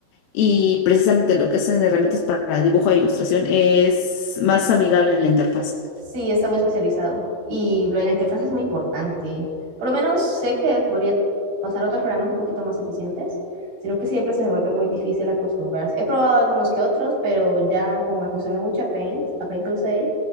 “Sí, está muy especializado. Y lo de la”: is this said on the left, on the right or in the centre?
Right